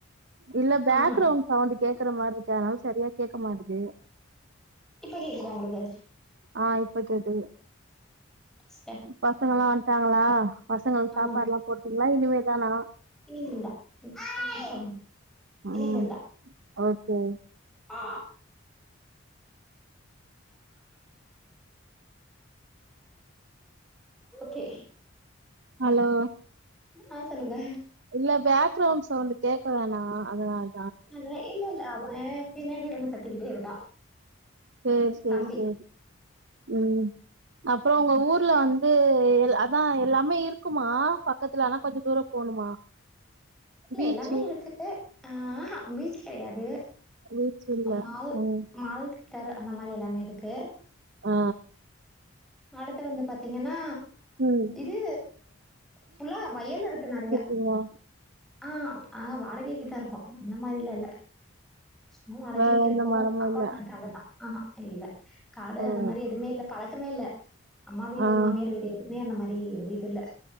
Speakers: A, on the right; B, in the centre.
A: இல்ல பேக்ரவுண்ட்
B: ஆ
A: சவுந்து கேக்கற மார்ருக்கு அதனால சரியா கேக்க மாட்டுதே
B: இப்ப கேக்குதா ஒங்ளுக்கு
A: ஆ இப்ப கேக்குது
B: ச்ட்ட
A: பசங்கலா வன்ட்டாங்களா பசங்கள்
B: ஆ
A: சாப்பாட்லாம் போட்டீங்ளா இனிமேதானா
B: <unintelligible>
A: ம்
B: இனிமேல்தா
A: ஓகே
B: ஆ ஓகே
A: அலோ
B: ஆ சொல்லுங்க
A: இல்ல பேக்ரவுண்ட் சவுண்டு கேக்க வேணா அதனால்
B: அ இல்ல இல்ல அவ பின்னாடி வந்து கத்திகிட்டே இருக்கா
A: சேரி சேரி
B: தம்பி
A: சே ம் அப் ப்றோ ஒங்க ஊர்ல வந்து எல் அதா எல்லாமே இருக்குமா பக்கத்துல ஆனா கொஞ்ச தூர போணுமா
B: இல்ல
A: பீச்சு
B: எல்லாமே இருக்கு ஆ ஆஹா பீச் கெடையாது
A: பீச்சு இல்ல
B: அம்மால்
A: ம்
B: மால் தேர்ர அந்த மாரி எல்லாமே இருக்கு
A: ஆ
B: அடுத்து வந்து பாத்தீங்கனா
A: ம்
B: இது ஃபுல்லா வயல் இருக்கு நெறையா
A: இவா
B: ஆ அஹா வாடகைக்குதா இருக்கோ இந்த மாரிலா இல்ல சும்மா வாடகைக்கிருக்கோ
A: வேற எந்த மரமு
B: அப்பார்ட்மெண்ட்
A: இல்ல
B: அவ்ளதா ஆஹா இல்ல இல்ல காடு
A: ம்
B: அந்த மாரி எதுமே இல்ல பழக்கமே இல்ல அம்மா வீடு
A: ஆ
B: மாமியார் வீடு எதுமே அந்த மாரி ஒரு இது இல்ல